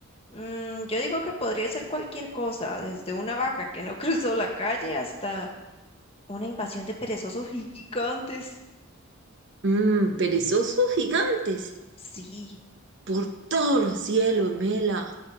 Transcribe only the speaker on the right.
Mmm, perezosos gigantes.
Por todos los cielos, Mela.